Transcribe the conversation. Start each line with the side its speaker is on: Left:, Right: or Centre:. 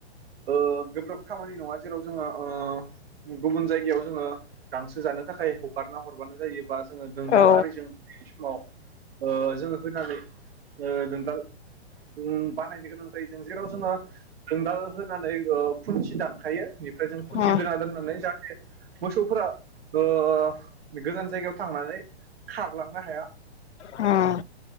Right: ओ गोब्राब खामानि नङा जेराव जोङो ओ गुबुन जायगायाव जोङो गांसो जा जानो थाखाय हगारना हरबानो जायो। बा जोङो दोंदाल
Left: औ
Right: आरिजों समाव ओ जोङो होनानै ओ दोंदाल ओम बानायनो गोनां जायो जों जेराव जोङो दोंदाल अ होनानै खुन्थि दानखायो। बेनिफ्राय जों खुनसे
Left: उम
Right: दोना दोननानै जा मोसौफोरा ओ गोजान जायगायाव थांनानै। खारलांनो हाया।
Left: उम।